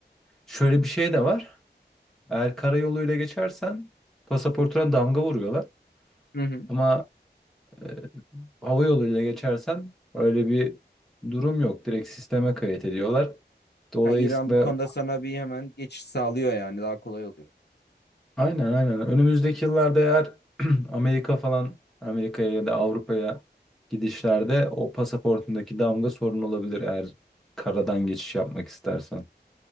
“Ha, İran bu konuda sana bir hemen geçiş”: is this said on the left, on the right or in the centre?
Left